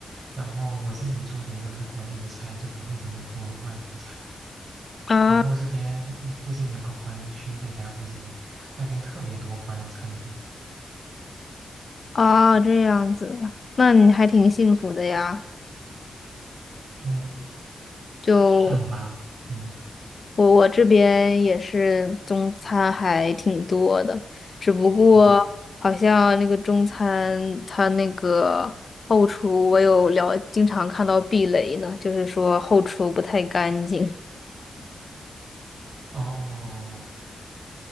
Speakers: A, on the right; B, on the left.
A: 然后我自己做的也都是国内的菜，就不会怎么做外国菜。
B: 啊
A: 然后这边附近有个华人区，在家附近，那边特别多华人餐厅。
B: 啊，这样子，那你还挺幸福的呀。
A: 嗯，
B: 就。
A: 算吧。嗯
B: 我我这边也是中餐还挺多的，只不嗯过好像那个中餐它那个后厨，
A: 嗯。
B: 我有聊经常看到避雷呢，就是说后厨不太干净。
A: 哦。